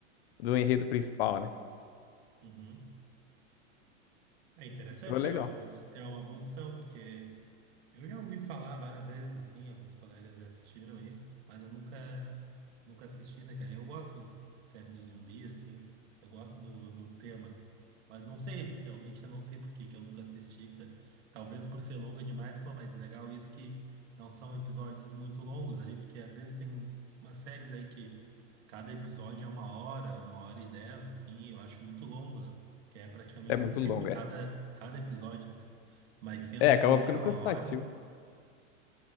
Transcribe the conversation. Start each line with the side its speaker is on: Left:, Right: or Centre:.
Left: do enredo principal, né?
Right: Uhum. É interessante,
Left: Então é
Right: cara.
Left: legal.
Right: É uma boa, op- é uma boa opção, porque Eu já ouvi falar várias vezes, assim, alguns colegas já assistiram aí, mas eu nunca, nunca assisti, né, cara? Eu gosto de série de zumbi, assim, eu gosto do, do tema, mas não sei, <laughs> realmente eu não sei por que que eu nunca assisti, cara. Talvez por ser longa demais, pô, mas legal isso que não são episódios muito longos ali, porque às vezes tem uns, umas séries aí que cada episódio é uma hora, uma hora e dez, assim, e eu acho muito longo, né? Que é praticamente
Left: É muito
Right: um filme,
Left: longo,
Right: cada,
Left: é.
Right: cada episódio, né, cara? Mas sendo
Left: É,
Right: aí
Left: acaba
Right: meia
Left: ficando cansativo.
Right: hora.